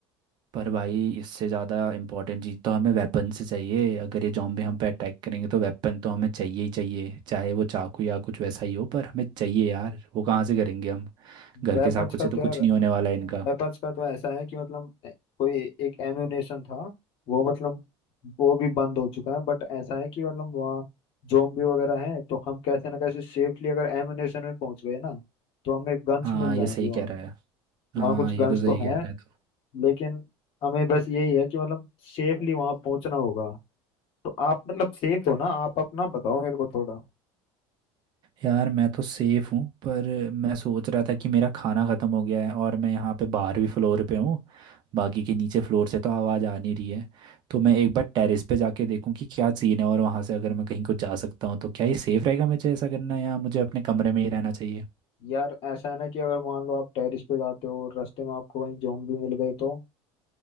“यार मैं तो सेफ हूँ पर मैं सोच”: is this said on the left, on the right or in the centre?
Right